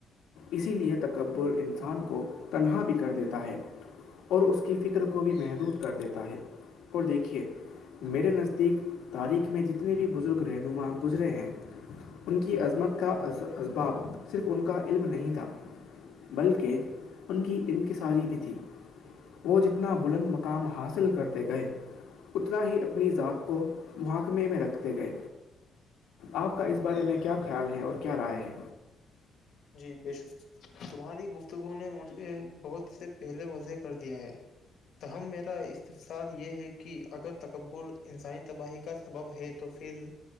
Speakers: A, on the left; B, on the left.
A: اسی لے تکبر انسان کو تنہا بھی کر دیتا ہے اور اس کی فکر کو بھی محدود کر دیتا ہے اور دیکھیے میرے نزدیک تاریخ میں جتنے بھی بزرگ رہنما گزرے ہیں ان کی عظمت کا اسباب صرف ان کا علم نہیں تھا بلکہ ان کی انکصاری بھی تھی وہ جتنے اپنا بلند مقام حاصل کرتے گئے اتنا ہی اپنی ذات کو محاکمے میں رکھتے گئے آپ کا اس بارے میں کیا خیال ہے اور کیا رائے ہے
B: جی بے شک تمہاری گفتگو نے مجھے بہت سے پہلے وضعح کر دیا ہے تاہم میرا استفصار یہ ہے کہ اگر تکبر انسانی تباہی کا سبب ہے تو پھر